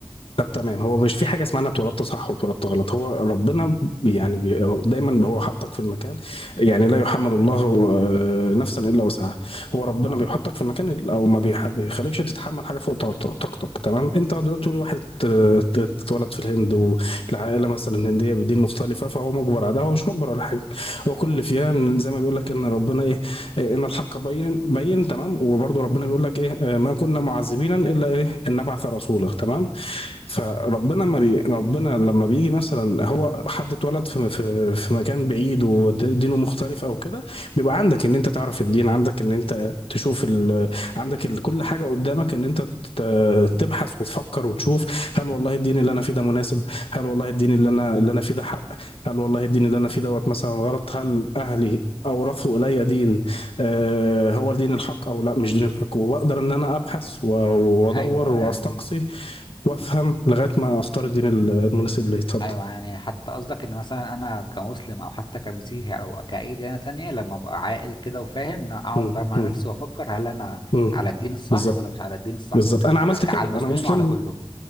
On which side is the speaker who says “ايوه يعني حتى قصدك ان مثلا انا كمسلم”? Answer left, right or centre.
Left